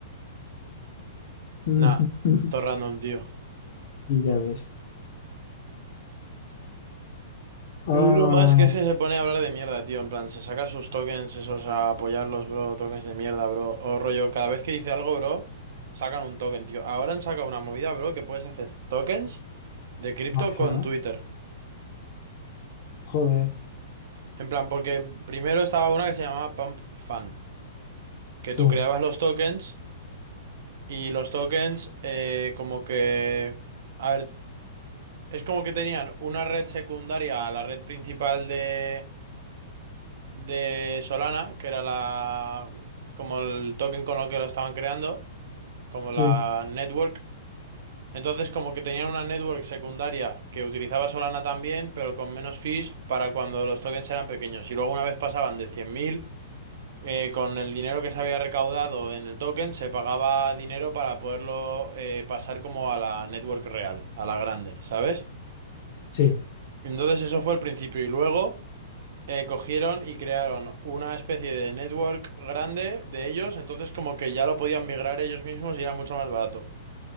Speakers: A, on the left; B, on the right.
A: <laughs>
B: Nah, todo random, tío.
A: Y ya ves. Ah,
B: Y Lo más que es que se pone a hablar de mierda, tío. En plan, se saca sus tokens esos a apoyarlos, bro. Tokens de mierda, bro. O rollo, cada vez que dice algo, bro, sacan un token, tío. Ahora han sacado una movida, bro, que puedes hacer tokens de cripto
A: ajá.
B: con Twitter.
A: Joder,
B: En plan, porque primero estaba una que se llamaba Pump Fun, que
A: sí,
B: tú creabas los tokens y los tokens eh, como que... A ver, es como que tenían una red secundaria a la red principal de, de Solana, que era la... como el token con lo que lo estaban creando, como
A: sí,
B: la network. Entonces como que tenían una network secundaria que utilizaba Solana también, pero con menos fees para cuando los tokens eran pequeños. Y luego una vez pasaban de 100.000 eh, con el dinero que se había recaudado en el token, se pagaba dinero para poderlo eh, pasar como a la network real, a la grande, ¿sabes?
A: sí.
B: Entonces eso fue el principio y luego eh, cogieron y crearon una especie de network grande de ellos, entonces como que ya lo podían migrar ellos mismos y era mucho más barato